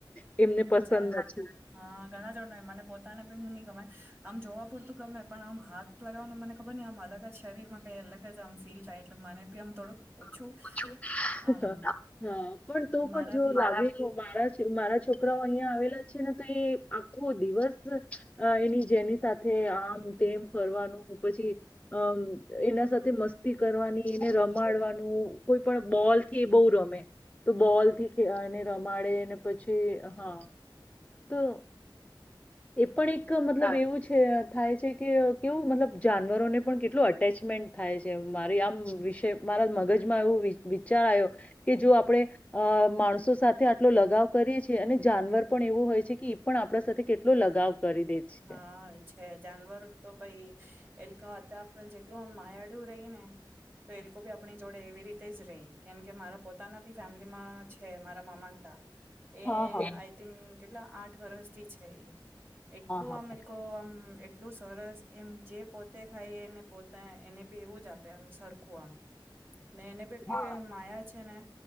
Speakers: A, on the left (about 15°); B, on the right (about 25°).
A: એમને પસંદ
B: અચ્છા
A: નથી
B: હા ઘણા જણ ને મને પોતાને પણ ની ગમે આમ જોવા પુરતું ગમે પણ આમ હાથ લગાવવાને મને ખબર ન આમ અલગ જ શરીરમાં કઈ અલગ જ આમ ફીલ થાય એટલે મને બી આમ થોડુંક
A: <unintelligible>
B: ઓછું આમ
A: હા પણ તો
B: મારા
A: પણ જો
B: બી
A: લ <unintelligible> મારા મારા છોકરાઓ અહિયાં આવેલા છે ને તો એ આખો દિવસ એની જેની સાથે આમ તેમ ફરવાનું પછી અ એના સાથે મસ્ત કરવાની એને રમાડવાનું કોઈ પણ બોલ થી બહુ રમે તો બોલ થી એને રમાડે અને પછી હા તો એ પણ એક મતલબ એવું છે થાય છે કે કેવું મતલબ જાનવરોને પણ કેટલું અટેચમેન્ટ થાય છે મારી આમ વિષ મારા મગજ વિચાર આવ કે જો આપણે માણસો સાથે આટલો લગાવ કરીએ છીએ અને જાનવર પણ એવું હોય છે કે એ પણ આપણા સાથે કેટલો લગાવ કરી દે છે.
B: હા છે જાનવર તો ભાઈ એલખ હતા આપણ જેટલું આમ માયાડું રહી ને તો એ લોકો ભી આપણી જોડે એવી રીતે જ રહી કેમ કે મારા પોત પોતાના બી ફેમિલીમાં છે મારા મામા હતા એ
A: હા હા
B: આઈ થીન કેટલા આઠ વર્ષથી છે એટલું
A: હા
B: આમ એ લોકો આમ એટલું સરસ એમ જે પોતે ખાઈને પોતે એને બી એવું જ આપે આમ. સરખું આમ ને એને બ એટલી
A: હા
B: માયા છે ને